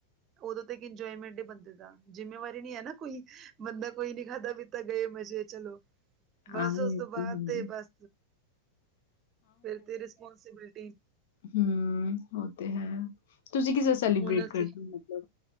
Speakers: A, on the right; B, on the left.
A: ਓਦੋਂ ਤੱਕ ਇੰਜੋਏਮੈਂਟ ਏ ਬੰਦੇ ਦਾ। ਜਿੰਮੇਵਾਰੀ ਨੀ ਐ ਨਾ, ਕੋਈ ਬੰਦਾ ਕੋਈ ਨੀ ਖਾਧਾ ਪੀਤਾ ਗਏ ਮਜ਼ੇ ਚਲੋ। ਬਸ
B: ਹਾਂ
A: ਉਸ
B: ਇਹ
A: ਤੋਂ ਬਾਅਦ
B: ਹੈ।
A: ਤੇ ਬਸ, ਫਿਰ ਤੇ ਰਿਸਪੋਂਸੀਬਿਲਟੀ।
B: ਹਮ ਓਹ ਤੇ ਹੈ ਤੁਸੀਂ ਕਿਸ ਸੈਲੀਬ੍ਰੇਟ
A: ਹੁਣ ਅਸੀਂ,
B: ਕਰਦੇ ਹੋ ਮਤਲਬ?